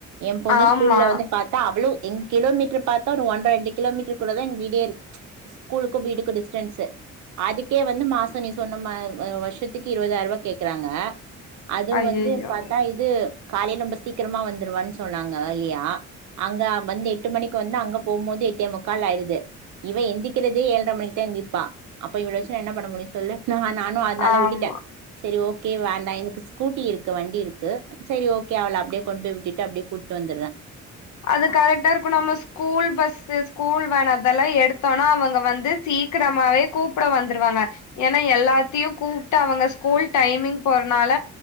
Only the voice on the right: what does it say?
என் பொண்ணு
ஸ்கூல்ல வந்து பாத்தா அவ்வளவு எங் கிலோமீட்டர் பாத்தா ஒரு ஒன்ற ரெண்டு கிலோ மீட்டருக்குள்ள தான் எங்க வீடியே இருக் ஸ்கூலுக்கும் வீடுக்கும் டிஸ்டன்ஸ் அதுக்கே வந்து மாசம் நீ சொன்ன மா் வருஷத்துக்கு இருபதாயிரம் ரூபா கேக்குறாங்க அதுவும்
வந்து பாத்தா இது காலைல நொம்ப சீக்கிரமா வந்துருவான் சொன்னாங்க ஏர்லியா அங்க வந்து எட்டு மணிக்கு வந்து அங்க போம்போது எட்டே முக்கால் ஆயிருது இவ எந்திக்கறதே ஏழரை மணிக்கு தான் எந்திப்பா அப்ப இவள வச்சுநா என்ன பண்ண முடியும் சொல்லு ந நானும் அதனால
விட்டுட்டேன் சரி ஓகே வேண்டா எனக்கு ஸ்கூட்டி இருக்கு வண்டி இருக்கு சரி ஓகே அவள அப்டியே கெண்டு போய் விட்டுட்டு அப்டியே கூட்டு வந்துருவேன்